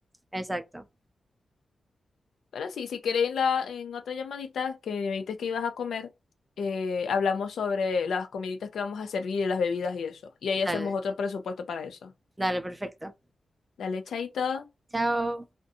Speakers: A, on the right; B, on the left.
A: Exacto.
B: Pero sí, si queréis en la, en otra llamadita que me dijiste que ibas a comer, eh, hablamos sobre las comiditas que vamos a servir y las bebidas y eso. Y ahí hacemos
A: Dale,
B: otro presupuesto para eso.
A: dale, perfecto.
B: Dale, chaito.
A: Chao.